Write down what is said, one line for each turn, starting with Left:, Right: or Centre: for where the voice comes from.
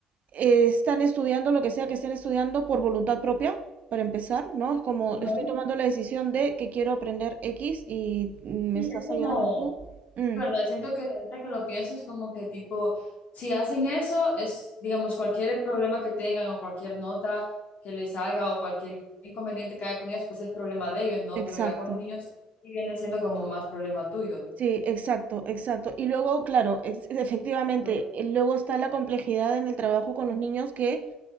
Right: eh, están estudiando lo que sea que estén estudiando por voluntad propia, para empezar, ¿no? Es como
Left: ajá,
Right: estoy tomando la decisión de que quiero aprender X y me
Left: sí,
Right: estás
Left: es como
Right: ayudando tú. Mm,
Left: Sí, ¿verdad? Siento que ahorita que lo pienso es como que tipo, si hacen eso, es, digamos, cualquier problema que tengan o cualquier nota que les salga o cualquier inconveniente que haya con ellos, pues es problema de ellos, ¿no?
Right: exacto.
Left: Pero ya con los niños sí viene siendo como más problema tuyo.
Right: Sí, exacto, exacto. Y luego, claro, ex- efectivamente,
Left: Entonces,
Right: eh, luego está la complejidad en el trabajo con los niños que